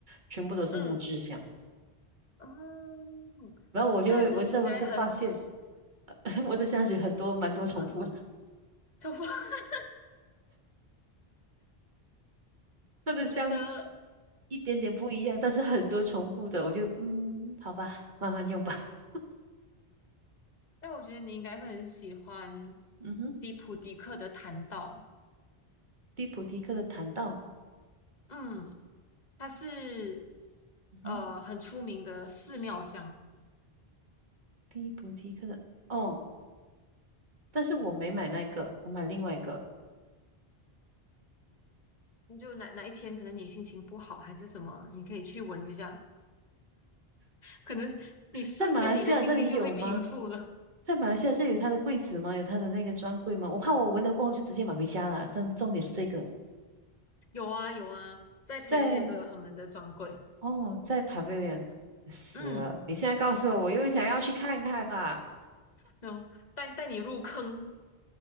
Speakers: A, on the right; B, on the left.
A: 全部都是木质香。
B: 嗯哦，
A: 然后我就会闻着闻着发现，
B: 那那你应该很喜，
A: <laughs> 我的香水很多蛮多重复的，
B: 嗯，头发，<laughs>
A: 它的香
B: 我觉得，
A: 一点点不一样，但是很多重复的，我就嗯，好吧，慢慢用吧。<laughs>
B: 但我觉得你应该会很喜欢
A: 嗯哼，
B: 迪普迪克的弹道，
A: 蒂普提克的檀道，
B: 嗯，它是
A: 嗯哼，
B: 呃很出名的寺庙香，
A: 蒂普提克的哦，但是我没买那个，我买另外一个，
B: 你就哪哪一天可能你心情不好还是什么，你可以去闻一下，可能你瞬间你的心情就会平复了。
A: 在马来西亚这里有吗？在马来西亚这有他的柜子吗？有他的那个专柜吗？我怕我闻了过后就直接买回家了。重重点是这个，
B: <laughs> 有啊有啊，在 p
A: 在
B: a v 都有他们的专柜，
A: 哦，在 Pavilion 死了。
B: 嗯，
A: 你现在告诉我，我又想要去看看啦。
B: 那种带带你入坑。